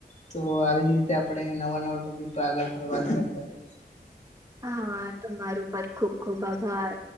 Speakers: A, on the left; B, on the right.
A: તો આવી જ રીતે આપણે નવા નવા ટોપિક પર આગળ પર વાત કરતા રહીશું.
B: હા તમારું પર ખુબ ખુબ આભાર.